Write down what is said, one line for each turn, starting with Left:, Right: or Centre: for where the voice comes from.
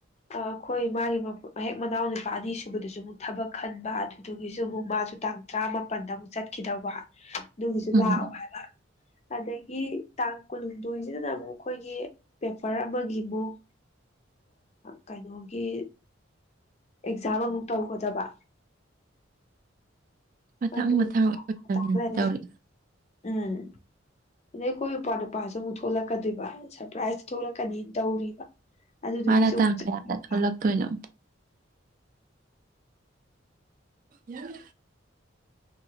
Left: ꯑꯩꯈꯣꯏ ꯃꯥꯒꯤ ꯃ ꯃꯍꯦꯛ ꯃꯅꯥꯎ ꯅꯨꯄꯥ ꯑꯅꯤ ꯁꯨꯕꯗꯁꯨ ꯑꯃꯨꯛ ꯊꯕꯛ ꯈꯟꯕ ꯑꯗꯨꯗꯨꯒꯤꯁꯨ ꯑꯃꯨꯛ ꯃꯥꯁꯨ ꯇꯥꯡ ꯇꯔꯥꯃꯥꯄꯟꯗ ꯑꯃꯨꯛ ꯆꯠꯈꯤꯗꯧꯕ ꯑꯗꯨꯒꯤꯁꯨ
Right: ꯎꯝ
Left: ꯂꯥꯛꯑꯣ ꯍꯥꯏꯕ ꯑꯗꯗꯒꯤ ꯒꯤ ꯇꯥꯡ ꯀꯨꯟꯍꯨꯝꯗꯣꯏꯁꯤꯗꯅ ꯑꯃꯨꯛ ꯑꯩꯈꯣꯏꯒꯤ ꯄꯦꯄꯔ ꯑꯃꯒꯤꯃꯨꯛ ꯀꯩꯅꯣꯒꯤ ꯑꯦꯛꯖꯥꯝ ꯑꯃꯨꯛ ꯇꯧꯒꯗꯕ
Right: ꯃꯊꯪ
Left: ꯑꯗꯨ
Right: ꯃꯊꯪꯅꯤꯅ
Left: ꯇꯥ ꯂꯩꯔꯦ
Right: ꯇꯧꯔꯤ ꯎ
Left: ꯎꯝ ꯑꯗꯩ ꯑꯩꯈꯣꯏ ꯅꯨꯄꯥ ꯅꯨꯄꯥꯁꯨ ꯑꯃꯨꯛ ꯊꯣꯛꯂꯛꯀꯗꯣꯏꯕ ꯁꯔꯄ꯭ꯔꯥꯏꯖꯇ ꯊꯣꯛꯂꯛꯀꯅꯤꯅ ꯇꯧꯔꯤꯕ ꯑꯗꯨꯗꯨꯒꯤꯁꯨ
Right: ꯃꯥꯅ
Left: ꯑꯃꯨꯛ
Right: ꯇꯥꯡ
Left: ꯆꯠꯅꯤꯡꯕ
Right: ꯀꯌꯥꯗ ꯊꯣꯛꯂꯛꯇꯣꯏꯅꯣ ꯌꯥꯝ